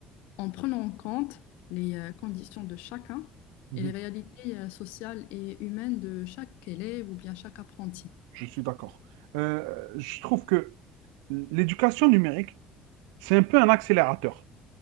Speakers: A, on the left; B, on the right.
A: en prenant en compte les euh, conditions de chacun
B: Mhm,
A: et les réalités euh, sociales et humaines de chaque élève ou bien chaque apprenti.
B: je suis d'accord. Euh, je trouve que l'éducation numérique, C'est un peu un accélérateur.